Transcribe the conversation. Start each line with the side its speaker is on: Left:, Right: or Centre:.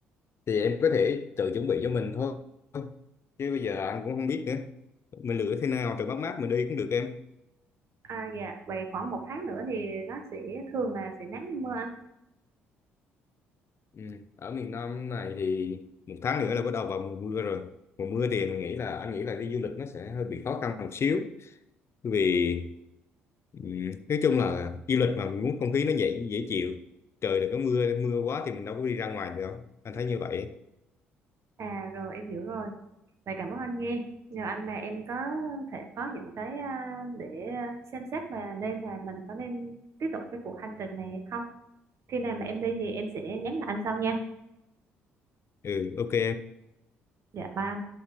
Left: thì em có thể tự chuẩn bị cho mình thôi chứ bây giờ anh cũng không biết nữa mình lựa thế nào trời mát mát mình đi cũng được em
Right: À dạ, vậy khoảng một tháng nữa thì nó sẽ thường là sẽ nắng hay mưa anh.
Left: ừ. ở miền Nam này thì một tháng nữa là bắt đầu vào mùa mưa rồi mùa mưa thì mình nghĩ là anh nghĩ là đi du lịch nó sẽ hơi bị khó khăn một xíu vì Ừ. Nói chung là du lịch mà mình muốn không khí nó dễ dễ chịu trời đừng có mưa mưa quá thì mình đâu có đi ra ngoài được không anh thấy như vậy
Right: À rồi em hiểu rồi. Vậy cảm ơn anh nghe. Nhờ anh mà em có thể có những cái à, để à, xem xét là nên là mình có nên tiếp tục cái cuộc hành trình này hay không. Khi nào mà em đi thì em sẽ nhắn lại anh sau nha.
Left: ừ ok
Right: Dạ bye.